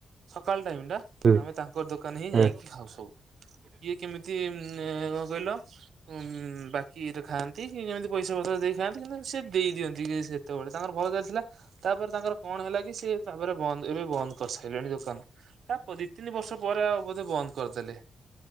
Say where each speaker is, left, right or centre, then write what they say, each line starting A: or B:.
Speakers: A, on the right; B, on the right.
A: ସକାଳ ଟାଇମ
B: ହୁଁ
A: ଆମେ ତାଙ୍କ ଦୋକାନ ହିଁ
B: ହୁଁ
A: ଯାଇକି ଖାଉ ସବୁ
B: <inaudible>
A: ଇଏ କେମିତି ଉ କଣ କହିଲ ଉ ବାକିରେ ଖାଆନ୍ତି। କି କେମତି ପଇସା ପତ୍ର ଦେଇ ଥାନ୍ତି କିନ୍ତୁ ସିଏ ଦେଇ ଦିଅନ୍ତି କି ସେତେବେଳେ ତାଙ୍କର ଭଲ ଚାଲିଥିଲା। ତାପରେ ତାଙ୍କର କଣ ହେଲା କି ସିଏ ତାପରେ ବନ୍ଦ ଏବେ ବନ୍ଦ କରିସାରିଲେଣି ଦୋକାନ । ତାପ ଦି ତିନି ବର୍ଷ ପରେ ବୋଧେ ବନ୍ଦ କରିଦେଲେ।